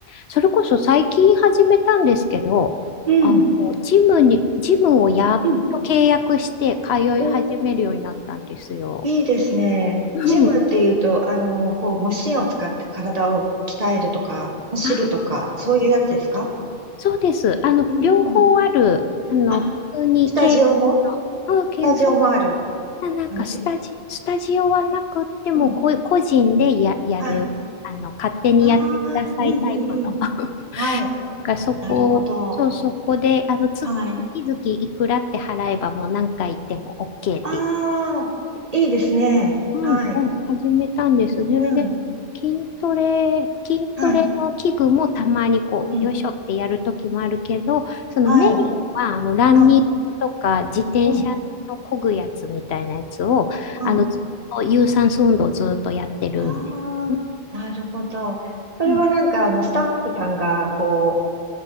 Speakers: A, on the left (about 80°); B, on the right (about 35°).
A: それこそ最近始めたんですけど、
B: うん。
A: あの、ジムに、ジムをやっと契約して通い始めるようになったんですよ。
B: うん。お、いいですね。
A: うん
B: ジムっていうと、あの、こう、マシンを使って体を鍛えるとか、走るとか、
A: あ、
B: そういうやつですか
A: そうです。あの、
B: うんうん。
A: 両方ある、あの、
B: あ、
A: 普通に系列
B: スタジオのスタジオもある
A: の、うん、けそう、あなんかスタジ、
B: 感じ
A: スタジオはなくっても、
B: うん。
A: こう個人でや、やる、
B: はい。
A: あの、勝手にやってくださいタイプの。
B: ああ、うんうんうん。はい。
A: なんかそこ、
B: なるほど。
A: そう、そこで、あの、つ、
B: はい。
A: 月々いくらって払えばもう何回行っても OK
B: ああ、
A: っていう。
B: いいですね。
A: うんうん、
B: はい。
A: 始めたんです。それで、
B: うん。
A: 筋トレ、筋トレの器具もたまにこう、
B: はい。うん。
A: よいしょってやるときもあるけど、そのメインは、
B: はい。
A: あの、ランニングとか自転車の漕ぐやつみたいなやつを、
B: はい。うん。うん。
A: あの、ずっと有酸素運動をずっとやってるんですね。
B: ああ、なるほど。それはなんか、
A: うん、
B: あの、スタッフさんが、こ